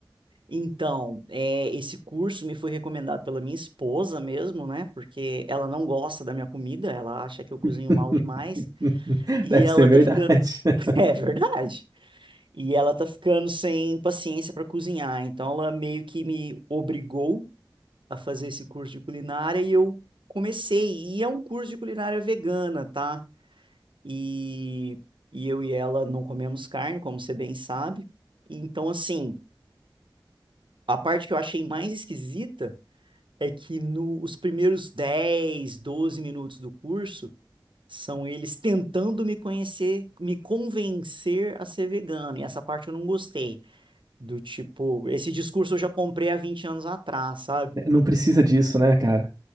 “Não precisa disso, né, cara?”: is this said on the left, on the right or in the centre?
Right